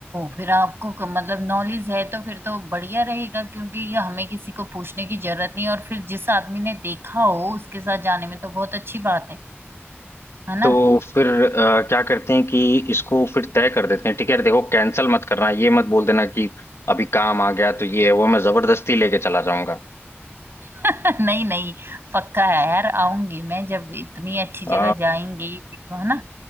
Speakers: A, on the right (about 60°); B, on the left (about 80°).
A: फिर आपको क- मतलब नॉलेज है तो फिर तो बढ़िया रहेगा क्योंकि ये हमें किसी को पूछने की जरूरत नहीं और फिर जिस आदमी ने देखा हो उसके साथ जाने में तो बहुत अच्छी बात है है ना
B: तो फिर अ, क्या करते हैं कि इसको फिर तय कर देते हैं ठीक है देखो कैंसिल मत करना ये मत बोल देना कि अभी काम आ गया तो ये है वो है, मैं जबरदस्ती लेके चला जाऊंगा
A: <laughs> नहीं नहीं पक्का है यार आऊंगी मैं जब इतनी अच्छी
B: अ,
A: जगह जाएंगे देखो है ना